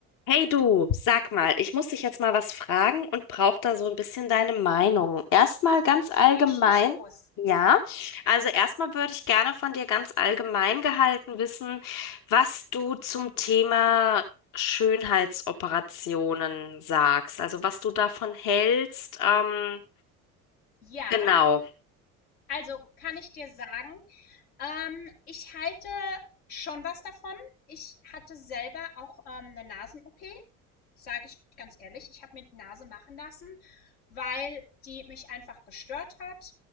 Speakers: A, on the left (about 45°); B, on the left (about 75°).
A: Hey du, sag mal, ich muss dich jetzt mal was fragen und brauche da so ein bisschen deine Meinung. Erstmal ganz
B: Okay,
A: allgemein,
B: schieß los.
A: ja. Also erstmal würde ich gerne von dir ganz allgemein gehalten wissen, was du zum Thema Schönheitsoperationen sagst. Also was du davon hältst. Ähm,
B: Ja,
A: genau.
B: also kann ich dir sagen, ähm, ich halte schon was davon. Ich hatte selber auch ähm, eine Nasen-OP sage ich ganz ehrlich, ich habe mir die Nase machen lassen, weil die mich einfach gestört hat.